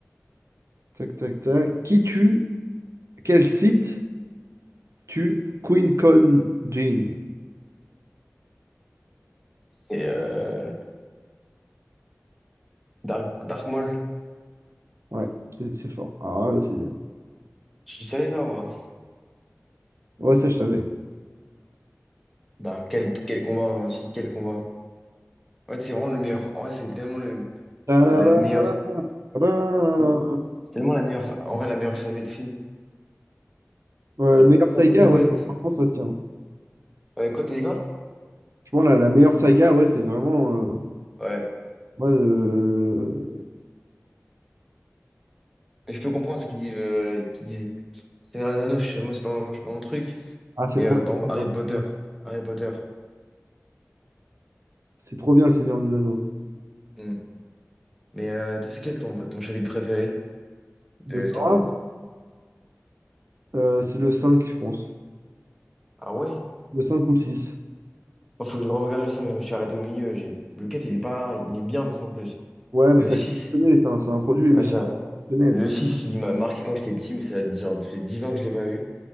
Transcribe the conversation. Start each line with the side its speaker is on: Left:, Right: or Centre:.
Right: tac, tac, tac. Qui tue, quel site tue Queen Con Jean?
Centre: C'est euh, Dark, Dark Maul.
Right: Ouais, c'est c'est fort. Ah, là, c'est...
Centre: Tu savais ça, ou pas?
Right: Ouais, ça, je savais.
Centre: Dark- quel, quel combat hein, aussi, quel combat. En fait, c'est vraiment le meilleur. En vrai, c'est tellement le,
Right: Tararara,
Centre: la meilleure.
Right: tararara.
Centre: C'est c'est tellement la meilleure. En vrai, la meilleure série de films.
Right: Ouais, la
Centre: Genre,
Right: meilleure
Centre: toi,
Right: saga,
Centre: pour toi, c'est
Right: ouais,
Centre: quoi? les-
Right: franchement, ça se tient.
Centre: Ouais, quoi, t'as dit quoi?
Right: Je pense la, la meilleure saga, ouais, c'est vraiment... euh,
Centre: Ouais.
Right: ouais, euh,
Centre: Mais Je peux comprendre ceux qui disent, euh, qui disent Seigneur des Anneaux, je- moi, c'est pas, mon- c'est pas mon truc.
Right: Ah, c'est
Centre: Mais
Right: trop
Centre: euh,
Right: bien,
Centre: par
Right: le
Centre: exemple,
Right: Seigneur
Centre: Harry
Right: des
Centre: Potter.
Right: Anneaux.
Centre: Harry Potter.
Right: c'est trop bien, le Seigneur des Anneaux.
Centre: Hmm. Mais euh, toi, c'est quel ton, ton chapitre préféré?
Right: De
Centre: de
Right: Star
Centre: Star Wars.
Right: Wars, euh, c'est le 5, je pense.
Centre: Ah ouais?
Right: Le 5 ou le 6.
Centre: Il faut que je regarde le 5, je me suis arrêté au milieu. J'ai... Le 4 il est pas... il est bien, me semble plus.
Right: Ouais, mais
Centre: Le
Right: ça
Centre: 6
Right: connaît, ça, ça introduit
Centre: ouais,
Right: le site.
Centre: ça.
Right: connaît.
Centre: Le 6 il m'a marqué quand j'étais petit, mais ça a genre fait 10 ans que je l'ai pas vu.